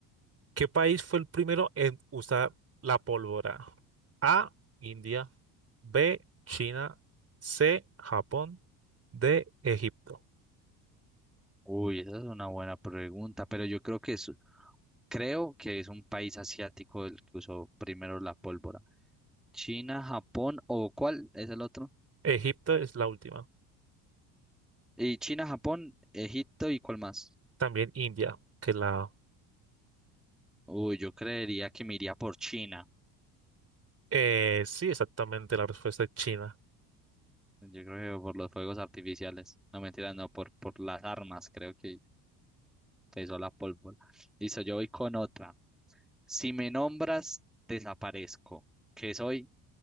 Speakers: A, on the right (about 30°); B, in the centre.
A: ¿qué país fue el primero en usar la pólvora? A, India, B, China, C, Japón, D, Egipto.
B: Uy, esa es una buena pregunta, pero yo creo que es, creo que es un país asiático el que usó primero la pólvora. China, Japón o ¿cuál es el otro?
A: Egipto es la última.
B: Y China, Japón, Egipto y ¿cuál más?
A: También India, que la...
B: Uy, yo creería que me iría por China.
A: eh, sí, exactamente, la respuesta es China.
B: Yo creo que por los fuegos artificiales. No, mentira, no, por, por las armas, creo que pesó la pólvora. Listo, yo voy con otra. Si me nombras, desaparezco. ¿Qué soy?